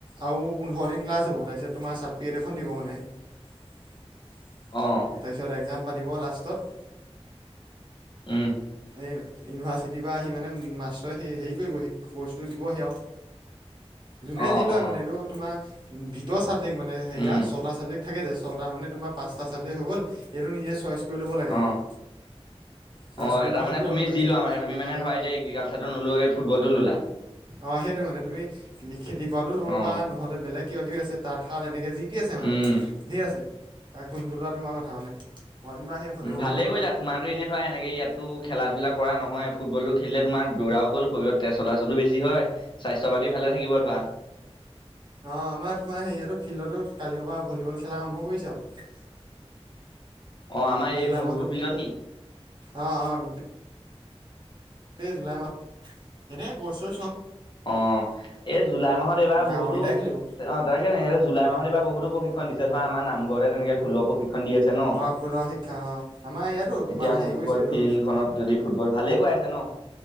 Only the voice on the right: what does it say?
আৰু পোন্ধৰ দিন ক্লাছ হ'ব তাৰপিছত তোমাৰ চাৰ্টিফিকেট এখন দিব মানে। তাৰপিছত
এক্সাম পাতিব লাষ্টত-
এই ইউনিভাৰ্চিটিৰ পৰা আহি মানে মাষ্টৰে সেই হেৰি কৰিবহি ক'ৰ্চটো দিবহি আৰু যোনে
যি লয়
মানে এইটো তোমাৰ ভিতৰ ছাবজেক্ট মানে হেৰিয়া
ছটা ছাবজেক্ট। থাকে যে ছয়টা মানে তোমাৰ পাঁচটা ছাবজেক্ট হৈ গ'ল, এইটো নিজে চইচ কৰি ল'ব লাগে
মানে। চইচ
কৰি
মই
সেইটো ল'লোঁ
তাৰপিছত
অ' সেইটো মানে তুমি খেতি কৰাটো ল'ব
পাৰা। নহ'লে বেলেগ কিবা কিবি আছে তাঁতশাল এনেকে যি টি আছে মানে
ঢেৰ আছে, তাৰ কোনটো লোৱা তোমাৰ কথা মানে। মই যেনিবা সেই ভলীবলো
ল'লোঁ
আৰু
অ' আমাৰ তোমাৰ হেৰিয়াতো ফিল্ডতো কালিৰ পৰা ভলীবল খেলা আৰম্ভ কৰিছে আৰু
জুলাই
মাহটো
অঁ অঁ গোটেই জুলাই মাহ এনেই গৈ থৈ
গাঁওকেইটাই
খেলিব
আহ খোলা শিক্ষা আহ আমাৰ ইয়াতো তোমাৰ
হেৰি
কৰিছে এইটো